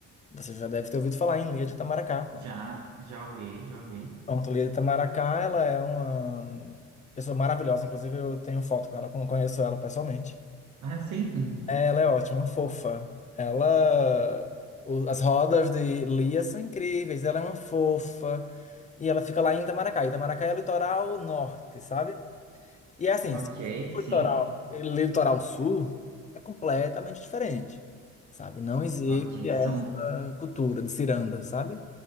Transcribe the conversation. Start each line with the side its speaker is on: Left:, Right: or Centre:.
Left: Você já deve ter ouvido falar em Lia de Itamaracá.
Right: Já, já ouvi, já ouvi.
Left: Pronto, Lia de Itamaracá, ela é uma pessoa maravilhosa, inclusive eu tenho foto com ela, como conheço ela pessoalmente.
Right: Ah, sim?
Left: É, Ela é ótima, uma fofa. Ela. o- As rodas de Lia são incríveis, ela é uma fofa. E ela fica lá em Itamaracá. Itamaracá é o litoral norte, sabe? E é assim, se
Right: Ok, sim.
Left: for litoral, litoral sul é completamente diferente, sabe? Não existe
Right: Ok,
Left: essa
Right: são,
Left: cultura de ciranda, sabe?